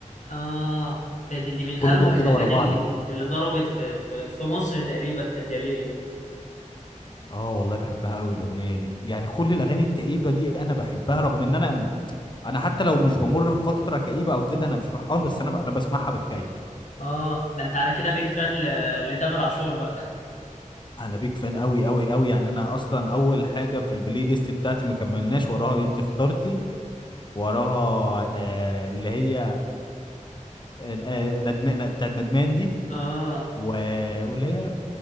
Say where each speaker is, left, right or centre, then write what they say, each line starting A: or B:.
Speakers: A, on the left; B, on the left.
A: اه ده دي, دي من اروع
B: كل دول
A: الاغاني
B: كده ورا بعض
A: ال-
B: كده
A: اللي ضربت في في, في مصر تقريبا كانت يا ليل دي
B: اه والله بحبها قوي الاغنيه دي يعني كل الاغاني الكئيبه دي انا بحبها رغم ان انا انا حتى لو مش بمر بفتره كئيبه او كده انا فرحان بس انا ب... انا بسمعها بتكيف
A: اه ده انت على كده بيج فان ل- لتامر عاشور بقى
B: انا بيك فان قوي قوي قوي يعني انا اصلا اول حاجه في البلاي ليست بتاعتي ما كملناش وراها انت اخترتي وراها آه اللي هي آه ندمان بتاعت ندمان دي
A: اه
B: و... واللي هي